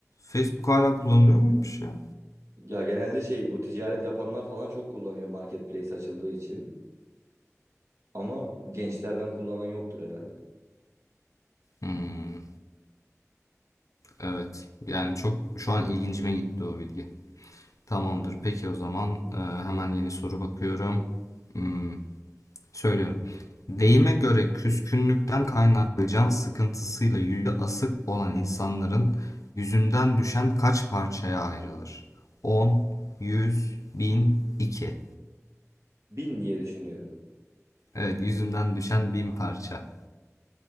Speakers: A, on the left; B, on the right.
A: Facebook hala kullanılıyor muymuş ya?
B: Ya genelde şey bu ticaret yapanlar falan çok kullanıyor marketplace açıldığı için. Ama gençlerden kullanan yoktur herhalde.
A: Hmm. Evet. Yani çok şu an ilgincime gitti o bilgi. Tamamdır. Peki o zaman e, hemen yeni soru bakıyorum. Hmm, söylüyorum. Deyime göre küskünlükten kaynaklı can sıkıntısıyla yüzü asık olan insanların yüzünden düşen kaç parçaya ayrılır? 10, 100, 1000, 2.
B: Bin diye düşünüyorum.
A: Evet, yüzünden düşen 1000 parça.